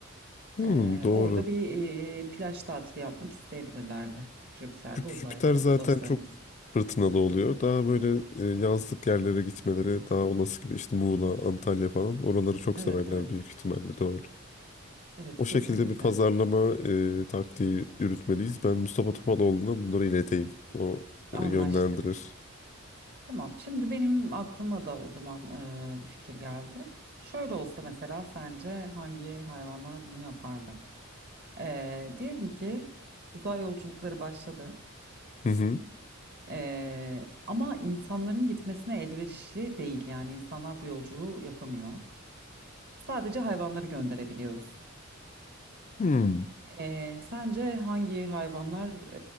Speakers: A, on the left; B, on the right.
A: Hmm,
B: Eee,
A: doğru.
B: orada bir eee, plaj tatili yapmak isteyebilirlerdi. Jüpiter'de
A: Jüp-
B: uzaylı
A: Jüpiter zaten
B: dostlarımız.
A: çok fırtınalı oluyor. Daha böyle e, yazlık yerlere gitmeleri daha olası gibi işte Muğla, Antalya falan. Oraları çok
B: Evet,
A: severler
B: evet.
A: büyük ihtimalle, doğru.
B: Evet,
A: O
B: kesinlikle.
A: şekilde bir pazarlama e, taktiği yürütmeliyiz. Ben Mustafa Topaloğlu'na bunları ileteyim. O e,
B: Anlaştık.
A: yönlendirir.
B: Tamam, şimdi benim aklıma da o zaman eee, bir fikir geldi. Şöyle olsa mesela sence hangi hayvanlar bunu yapardı? Eee diyelim ki uzay yolculukları başladı.
A: Hı hı.
B: Ee, ama insanların gitmesine elverişli değil yani insanlar bu yolculuğu yapamıyor. Sadece hayvanları gönderebiliyoruz.
A: Hmm.
B: Ee, sence hangi hayvanlar